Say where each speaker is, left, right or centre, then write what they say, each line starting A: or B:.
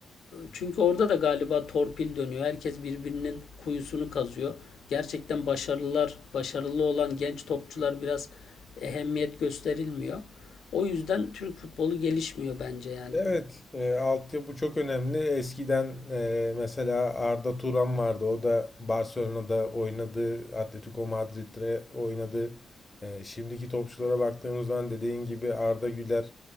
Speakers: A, on the left (about 65°); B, on the left (about 15°).
A: çünkü orada da galiba torpil dönüyor. Herkes birbirinin kuyusunu kazıyor gerçekten başarılılar, başarılı olan genç topçular biraz ehemmiyet gösterilmiyor. O yüzden Türk futbolu gelişmiyor bence yani.
B: Evet, e, altyapı çok önemli. Eskiden e, mesela Arda Turan vardı. O da Barcelona'da oynadı, Atletico Madrid'de oynadı. E, şimdiki topçulara baktığımız zaman dediğin gibi Arda Güler,